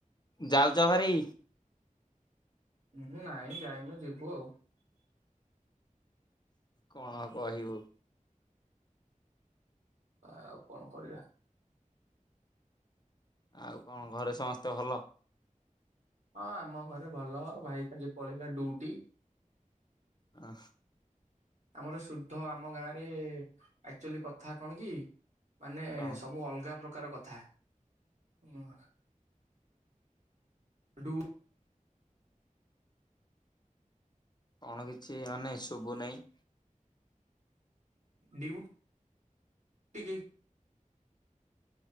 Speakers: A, on the left; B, on the right.
A: ଯାଉଛ ଭାରି
B: ହ ନାଇଁ ଯାଇନୁ ଯିବୁ ଆଉ।
A: କଣ ଆଉ କହିବୁ?
B: ଆଉ କଣ କରିବା?
A: ଆଉ କଣ ଘରେ ସମସ୍ତେ ଭଲ?
B: ହଁ ଆମ ଘରେ ଭଲ ଭାଇ କାଲି ପଳେଇଲା ଡୁଟି
A: ଅ।
B: ଆମର ଶୁଦ୍ଧ ଆମ ଗାଁରେ ଆକ୍ଚୁଆଲି କଥା କଣ କି? ମାନେ
A: କଣ
B: ସବୁ ଅଲଗା ପ୍ରକାର କଥା ହଁ। ଡୁ।
A: କଣ କିଛି ମାନେ ସୁଭୁ ନେଇଁ।
B: ଡିଉଟିକି